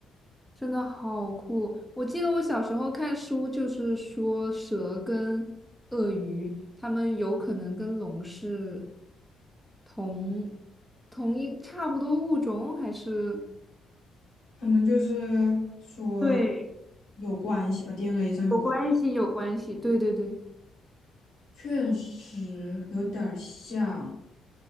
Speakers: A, in the centre; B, on the left.
A: 真的好酷！我记得我小时候看书，就是说蛇跟鳄鱼，它们有可能跟龙是同同一差不多物种，还是
B: 可能就是说
A: 对
B: 有关系吧，DNA 上有关。
A: 有关系？有关系，对对对，
B: 确实有点儿像，